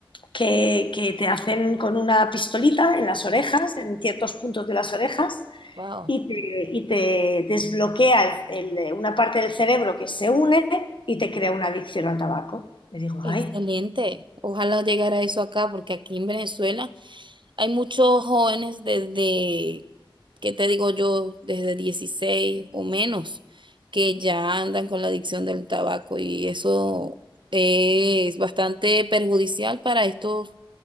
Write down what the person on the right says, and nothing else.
Wow,
excelente.
Ojalá llegara eso acá, porque aquí en Venezuela hay muchos jóvenes desde, ¿qué te digo yo? Desde 16 o menos, que ya andan con la adicción del tabaco y eso es bastante perjudicial para estos